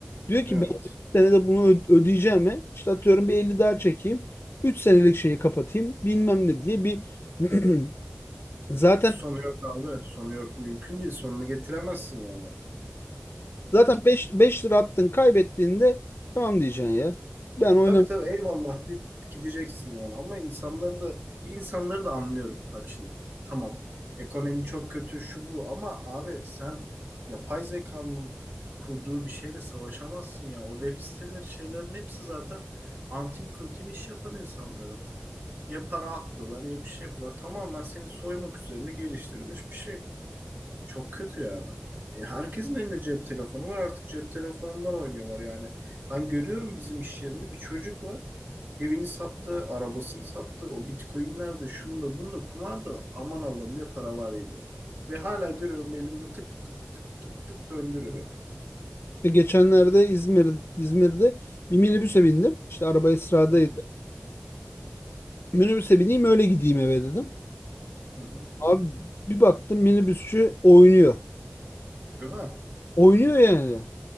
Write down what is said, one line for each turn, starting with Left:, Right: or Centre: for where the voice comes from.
Left: Diyor ki
Right: Evet.
Left: ben 3 senede bunu ö- ödeyeceğime işte atıyorum bir 50 daha çekeyim. üç senelik şeyi kapatayım bilmem ne diye bir <clears throat> Zaten
Right: Sonu yok abi. Sonu yok. Mümkün değil. Sonunu getiremezsin yani.
Left: zaten beş beş lira attın kaybettiğinde tamam diyeceksin ya. Ben oynam
Right: Tabii tabii eyvallah deyip gideceksin yani. Ama insanları da insanları da anlıyorum. Bak şimdi tamam ekonomi çok kötü şu bu ama abi sen yapay zekanın kurduğu bir şeyle savaşamazsın ya. O web siteleri şeylerin hepsi zaten antin kuntin iş yapan insanların. Ya para atlıyorlar ya bir şey yapıyorlar. Tamamen seni soymak üzerine geliştirilmiş bir şey. Çok kötü yani. E, herkesin elinde cep telefonu var. Artık cep telefonundan oynuyorlar yani. Ben görüyorum bizim iş yerinde bir çocuk var. Evini sattı, arabasını sattı. O bitcoinler de şunu da bunu da kumar da aman Allah'ım ne paralarıydı. Ve hala görüyorum elinde tık tık tık tık tık döndürüyor.
Left: işte geçenlerde İzmir İzmir'de bir minibüse bindim. İşte araba Esra'daydı.
Right: Hı hı.
Left: Minibüse bineyim öyle gideyim eve dedim.
Right: Hı hı.
Left: Abi bir baktım minibüsçü oynuyor.
Right: Değil mi?
Left: Oynuyor yani.